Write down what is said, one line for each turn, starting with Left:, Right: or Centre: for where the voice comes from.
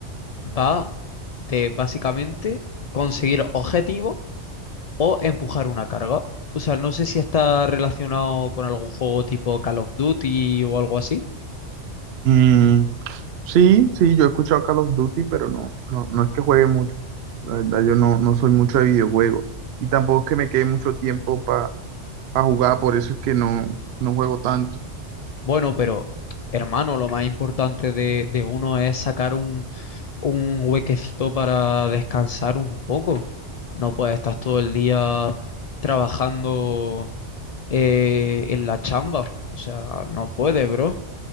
Left: va de básicamente conseguir objetivos o empujar una carga. O sea, no sé si está relacionado con algún juego tipo Call of Duty o algo así.
Right: Mm, sí, sí, yo he escuchado Call of Duty, pero no, no, no es que juegue mucho. La verdad, yo no, no soy mucho de videojuegos. Y tampoco es que me quede mucho tiempo para jugar, por eso es que no, no juego tanto.
Left: Bueno, pero hermano, lo más importante de, de uno es sacar un, un huequecito para descansar un poco. No puedes estar todo el día trabajando eh, en la chamba. O sea, no puedes, bro.